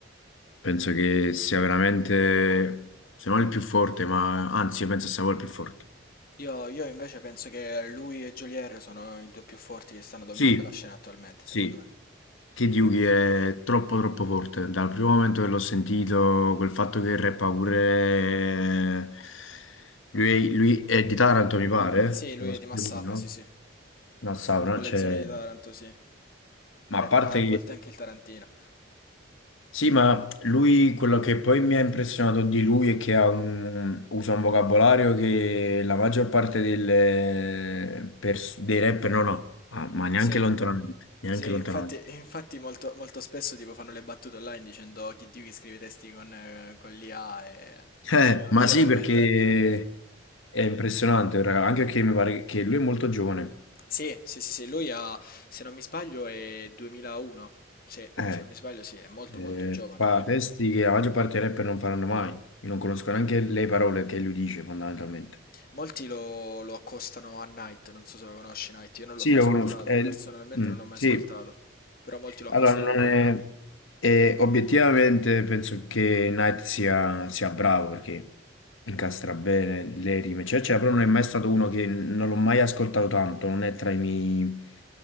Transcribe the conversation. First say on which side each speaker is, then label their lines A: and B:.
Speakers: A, on the left (about 80°); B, on the left (about 45°).
A: Penso che sia veramente, se non il più forte, ma anzi, io penso sia quello il più forte.
B: Io, io invece penso che lui e Jolier sono i due più forti che stanno dominando
A: Sì,
B: la scena attualmente,
A: sì,
B: secondo me.
A: Kid Yugi
B: Mi-
A: è troppo troppo forte. Dal primo momento che l'ho sentito, quel fatto che rappa pure... Lui, lui è di Taranto, mi pare,
B: Sì, lui
A: se non
B: è
A: sbaglio,
B: di Massafra,
A: no?
B: sì, sì.
A: No, Savona,
B: Di, di quelle
A: cioè...
B: zone di Taranto, sì.
A: Ma
B: Rappa
A: a parte
B: a volte anche il Tarantino.
A: Sì, ma lui, quello che poi mi ha impressionato di lui è che ha un- usa un vocabolario che la maggior parte delle pers- dei rapper non ha, Ah, ma neanche
B: Sì.
A: lontanamente, neanche
B: Sì,
A: lontanamente.
B: infatti, infatti molto, molto spesso tipo fanno le battute online dicendo chi Dio che scrive i testi con, eh, con l'IA e
A: Eh,
B: io,
A: ma
B: io
A: sì,
B: la mi
A: perché
B: metto a ridere.
A: è impressionante, raga, anche perché mi pare che lui è molto giovane.
B: Sì, sì, sì, sì, lui ha, se non mi sbaglio, è 2001. Sì,
A: Eh,
B: se non mi sbaglio, sì, è molto,
A: eh,
B: molto giovane.
A: fa testi che la maggior parte dei rapper non faranno mai, non conosco
B: Mm.
A: neanche le parole che lui dice fondamentalmente.
B: Molti lo, lo accostano a Night, non so se lo conosci Night, io non
A: Sì,
B: l'ho mai
A: lo
B: ascoltato,
A: conosco. È-
B: personalmente
A: mm,
B: non l'ho mai
A: sì.
B: ascoltato, però molti lo accostano
A: Allora, non
B: a lui.
A: è... e obiettivamente penso che Knight sia, sia bravo perché incastra bene le rime, cioè, cioè, però non è mai stato uno che non l'ho mai ascoltato tanto, non è tra i miei,